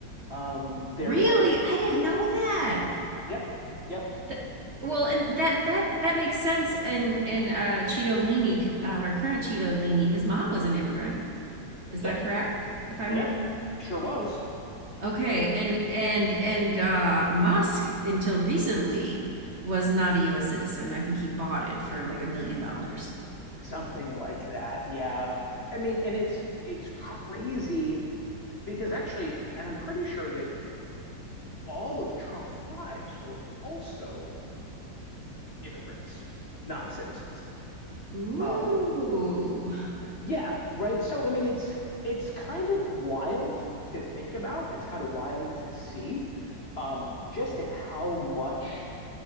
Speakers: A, on the left (about 40°); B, on the right (about 40°).
A: Um, there
B: Really?
A: was
B: I didn't know that.
A: yep, yep,
B: That- Well, and that that that makes sense. And and uh, Cheeto Leahy, uh, our current Cheeto Leahy, his mom was an immigrant. Is
A: yep,
B: that correct? If I
A: yep,
B: remember.
A: sure was
B: Okay, and and and uh, Musk until recently was not a U.S. citizen. I think he bought it for like a million dollars.
A: something like that. Yeah, I mean, and it's it's crazy because actually, and I'm pretty sure that all of Trump's wives were also immigrants, non citizens.
B: Ooh,
A: Um, yeah, right. So I mean, it's it's kind of wild to think about. It's kind of wild to see um, just at how much